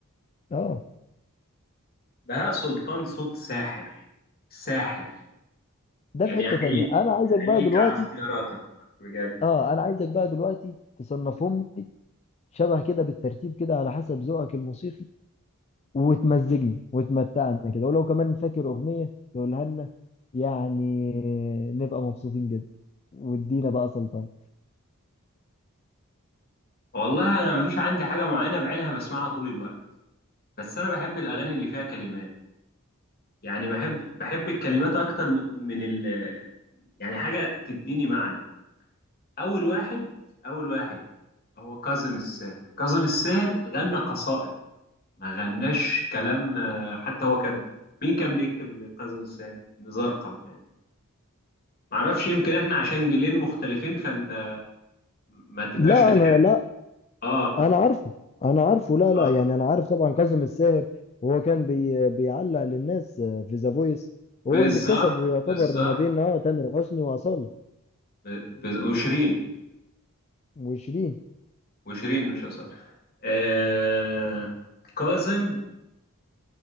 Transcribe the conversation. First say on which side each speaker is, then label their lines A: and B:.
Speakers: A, on the left; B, on the left.
A: اه
B: بهاء سلطان صوت ساحر ساحر
A: ده
B: يعني
A: في حته
B: احييك
A: تانية انا عايزك بقى
B: احييك
A: دلوقتي
B: على اختياراتك بجد
A: اه انا عايزك بقى دلوقتي تصنفهم لي شبه كده بالترتيب كده على حسب ذوقك الموسيقي وتمزجني وتمتعنا كده ولو كمان فاكر أغنية تقولها لنا يعني نبقى مبسوطين جدا وادينا بقى سلطان
B: والله انا مفيش عندي حاجه معينه بعينها بسمعها طول الوقت بس انا بحب الاغاني اللي فيها كلمات يعني بحب بحب الكلمات اكتر م- من ال يعني حاجه تديني معنى اول واحد اول واحد هو كاظم الساهر كاظم الساهر غنى قصائد ما غناش كلام آه، حتى هو كاتبه مين كان بيكتب لكاظم الساهر نزار قباني معرفش يمكن احنا عشان جيلين مختلفين فانت ما تبقاش
A: لا
B: بتحب
A: انا لا
B: اه
A: انا عارفه انا عارفه لا
B: اه
A: لا يعني انا عارف طبعا كاظم الساهر وهو كان بي بيعلق للناس في ذا فويس وهو
B: بالظبط
A: اللي كسب يعتبر
B: بالظبط
A: ما بين اه تامر حسني واصاله
B: ب- ب- وشيرين
A: وشيرين
B: وشيرين مش أصالة آه... كاظم